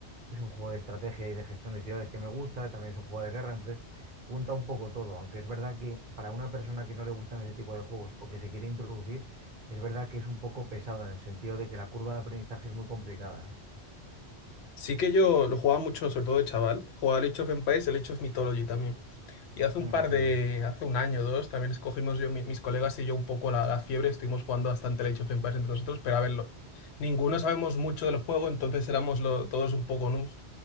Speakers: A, on the right; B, on the left.
A: es un juego de estrategia y de gestión de ciudades que me gusta, también es un juego de guerra, entonces junta un poco todo, aunque es verdad que para una persona que no le gustan ese tipo de juegos o que se quiere introducir, es verdad que es un poco pesado en el sentido de que la curva de aprendizaje es muy complicada, ¿eh?
B: Sí que yo lo jugaba mucho, sobre todo de chaval. Jugaba al Age of Empires, el Age of Mythology también. Y hace
A: Mm,
B: un par
A: sí,
B: de,
A: sí,
B: hace un año o dos, también escogimos yo, mi- mis colegas y yo un poco la, la fiebre. Estuvimos jugando bastante el Age of Empires entre nosotros, pero a verlo. Ninguno sabemos mucho del juego, entonces éramos lo- todos un poco noobs.